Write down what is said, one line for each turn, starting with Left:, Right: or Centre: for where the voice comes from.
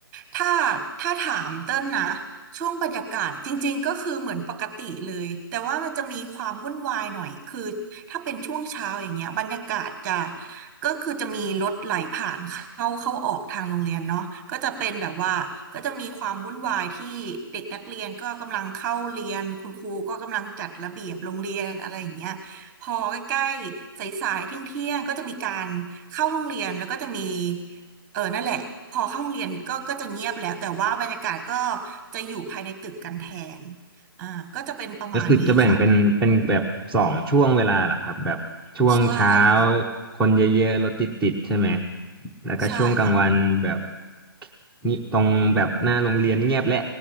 Right: ถ้าถ้าถามเต้นนะช่วงบรรยากาศจริงๆก็คือเหมือนปกติเลยแต่ว่ามันจะมีความวุ่นวายหน่อยคือถ้าเป็นช่วงเช้าอย่างเงี้ยบรรยากาศจะก็คือจะมีรถไหลผ่านเข้าเข้าออกทางโรงเรียนเนาะก็จะเป็นแบบว่าก็จะมีความวุ่นวายที่เด็กนักเรียนก็กำลังเข้าเรียนคุณครูก็กำลังจัดระเบียบโรงเรียนอะไรอย่างเงี้ยพอใกล้ๆสายๆเที่ยงๆก็จะมีการเข้าห้องเรียนแล้วก็จะมี เออนั่นแหละพอเข้าโรงเรียนก็ก็จะเงียบแล้วแต่ว่าบรรยากาศก็จะอยู่ภายในตึกกันแทนอ่าก็จะเป็นประมาณนี้ค่ะ
Centre: ก็คือจะแบ่งเป็นเป็นแบบสองช่วงเวลาเหรอครับแบบช่วงเช้า
Right: ใช่ค่ะ
Centre: คนเยอะๆรถติดๆใช่ไหมแล้วก็ช่วงกลางวันแบบ
Right: ใช่ค่ะ
Centre: นี่ตรงแบบหน้าโรงเรียนเงียบและ